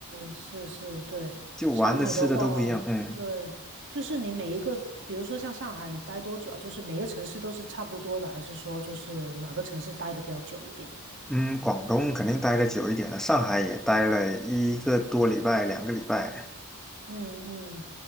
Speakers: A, on the right; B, in the centre.
A: 是是是，对。
B: 就玩的吃的都不一样，
A: 上海的话，
B: 嗯。
A: 对，就是你每一个，比如说像上海，你待多久啊？就是每个城市都是差不多的，还是说就是哪个城市待的比较久一点？
B: 嗯，广东肯定待的久一点了，上海也待了一个多礼拜、两个礼拜，
A: 嗯嗯，